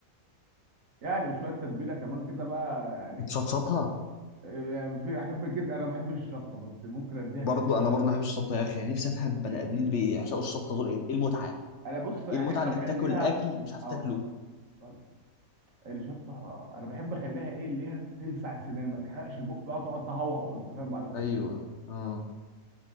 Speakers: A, on the right (about 65°); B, on the left (about 60°).
A: يعني وشويه تتبيله كمان كده بقى يعني
B: بتشطشطها
A: آه، يعني في احب كده انا ما بحبش الشطه بس ممكن اديها
B: برضو
A: ست
B: انا برضو ما بحبش الشطه يا اخي يعني نفسي افهم بني ادمين
A: كده
B: اللي بيعشقوا الشطه دول ايه إيه المتعه
A: انا بص احب
B: ايه المتعه انك
A: اخليها
B: تاكل اكل مش عارف
A: اه
B: تاكله
A: اتفضل اتفضل. الشطه انا بحب اخليها ايه اللي هي تلسع السنان ما تحرقش البق بقى تقعد تهوهو انت فاهم بعدها تاكل
B: ايوه اه